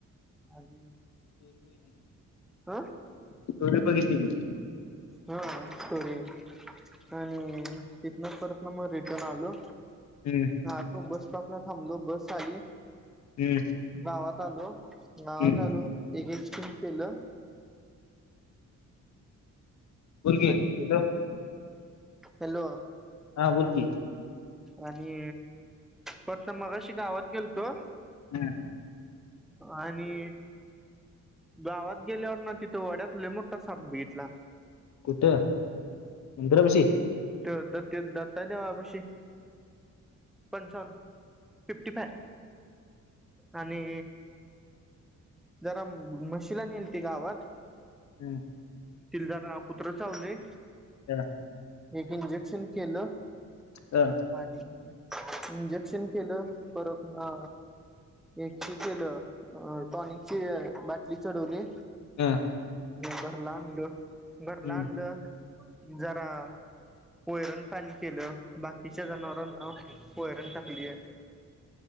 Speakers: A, in the centre; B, on the left.
A: आणि हा.
B: तेवढे बघितली की.
A: हा सरी. आणि तिथन परत ना मग रिटर्न आलो.
B: हम्म.
A: हा तो बस स्टॉपला थांबलो बस आली.
B: हम्म.
A: गावात आलो गावात
B: हम्म
A: आलो एक एक सिम केेलं.
B: बोल की
A: आणि
B: हॅलो
A: हॅलो.
B: हा बोल की.
A: आणि परत मगाशी गावात गेलतो.
B: हम्म.
A: आणि. गावात गेल्यावर ना तिथं वड्यात मोठा साप बघितला.
B: कुठं मंद्रपशी.
A: त द दत्ताने पशी. पंचावन्न फिफ्टी फाय आणि. जरा म्हशी ला येल त गावात.
B: हम्.
A: तिलजारा पुत्र चावले.
B: ह.
A: एक इंजेक्शन केलं
B: हा,
A: आणि इंजेक्शन. केलं परत ना. एक केलं टॉनिकची बाटली चढवली.
B: हा.
A: बरलाड घरलाड
B: हम्म
A: जरा. वयरण पाणी केलं बाकीच्या जनावरांना. पयरण टाकलीय